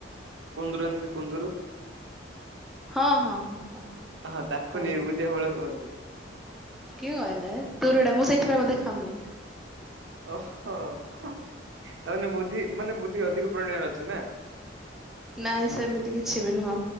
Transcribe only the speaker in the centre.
ହଁ ହଁ ହଁ। ହଁ
କୁହନ୍ତୁ
କିଏ କହିଲା ହେ ତୋରଟା ମୁଁ ସେଇଥିପାଇଁ ବୋଧେ ଖାଉନି।
ନାହିଁ ସେମିତି କିଛି ବି ନୁହଁ।